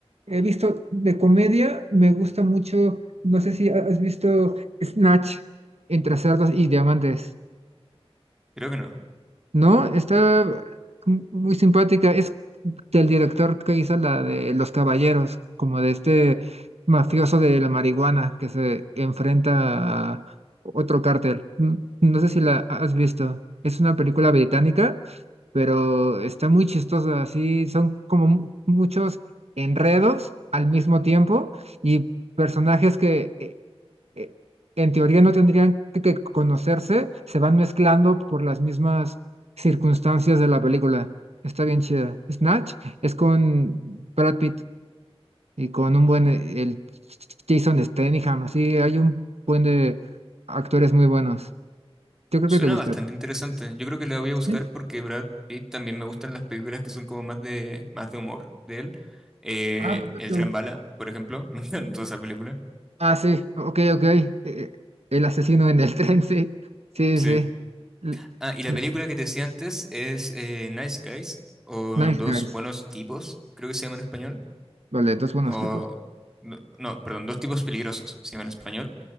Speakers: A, on the right; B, in the centre.
A: he visto de comedia. Me gusta mucho, no sé si has visto Snatch entre cerdos y diamantes.
B: creo que no.
A: No, está muy simpática. Es del director que hizo la de Los Caballeros, como de este mafioso de la marihuana que se enfrenta a otro cártel. N- No sé si la has visto. Es una película británica, pero está muy chistosa. Así son como mu- muchos enredos al mismo tiempo y personajes que eh, eh, en teoría no tendrían que, que conocerse, se van mezclando por las mismas circunstancias de la película. Está bien chida. Snatch es con Brad Pitt y con un buen, eh, el Jason Statham, así hay un buen de actores muy buenos. Yo creo
B: Suena
A: que te gusta.
B: bastante interesante. Yo creo que la voy a buscar
A: Sí.
B: porque Brad Pitt también me gustan las películas que son como más de, más de humor de él. Eh,
A: Ah, perfecto.
B: El tren bala, por ejemplo. <laughs> Me encantó esa película.
A: Ah, sí, ok, ok. eh, el asesino en el <laughs> tren, sí. Sí,
B: Sí.
A: sí. L-
B: Ah, y la
A: l-
B: película que te decía antes es eh, Nice Guys o
A: Nice
B: Dos
A: guys.
B: Buenos Tipos, creo que se llama en español.
A: Vale, dos buenos
B: O,
A: tipos.
B: no, no, perdón, Dos Tipos Peligrosos se llama en español.